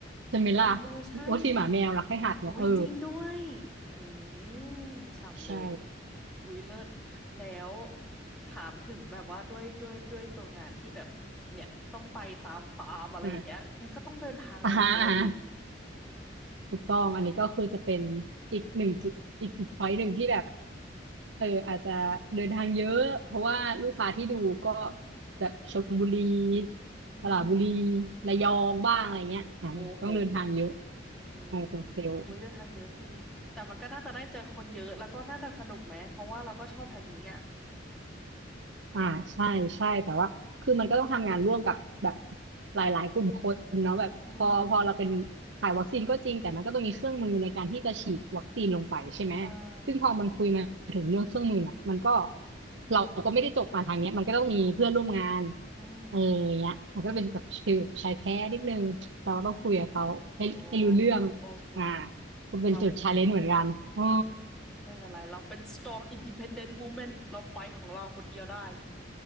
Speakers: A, on the right; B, in the centre.
A: ใช่ไหมล่ะ
B: อุ๊ยเออใช่
A: โอ้สี่หมาแมวรักให้หัดเนี่ยเออ
B: อุ๊ยจริงด้วยอือหือฉ่ำเลย
A: ใช่
B: อุ๊ยเลิศ แล้วถามถึงแบบว่าด้วยด้วยด้วยตัวงานที่แบบเนี่ยต้องไปตามฟาร์มอะไรอย่างเงี้ยงั้นก็ต้องเดินทางแหลกเลยอะดิ
A: อ่าอ่า ถูกต้องอันนี้ก็คือจะเป็นอีกหนึ่งจุดอีกอีกพอยต์หนึ่งที่แบบเอออาจจะเดินทางเยอะเพราะว่าลูกค้าที่ดูก็
B: อืม
A: แบบชลบุรี
B: อืม
A: สระบุรีระยองบ้างอะไรเงี้ยอ่าต้องเดินทางเยอะ
B: ฮะโอ้โห อืม
A: เอาเป็นเซลล์
B: อุ๊ยเดินทางเยอะจริง แต่มันก็น่าจะได้เจอคนเยอะ แล้วก็น่าจะสนุกไหม เพราะว่าเราก็ชอบทางนี้อ่ะ
A: อ่าใช่ใช่แต่ว่าคือมันก็ต้องทำงานร่วมกับแบบหลายๆกลุ่มคนเนาะแบบพอพอเราเป็น
B: อืม
A: ถ่ายวัคซีนก็จริงแต่มันก็ต้องมีเครื่องมือในการที่จะฉีดวัคซีนลงไปใช่ไหม
B: อ่า
A: ซึ่งพอมันคุยมาถึงเรื่องเครื่องมือน่ะมันก็เราก็ไม่ได้จบมาทางเนี้ยมันก็ต้องมีเพื่อนร่วมงาน
B: อืม
A: เออเนี้ยมันก็เป็นแบบฟิลชายแท้นิดนึงเราก็ต้องคุยกับเขาให้ให้รู้เรื่อง
B: อืมโอ้โอเค
A: อ่าก็เป็นจุดชาเลนจ์เหมือนกันอ๋อ
B: เราอืมอืมไม่เป็นไรเราเป็น strong independent woman เราไปของเราคนเดียวได้